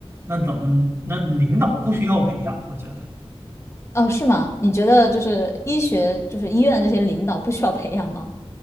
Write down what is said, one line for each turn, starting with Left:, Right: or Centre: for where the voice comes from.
Right: 那怎么？那领导不需要培养，我觉得，
Left: 哦，是吗？你觉得就是医学，就是医院这些领导不需要培养吗？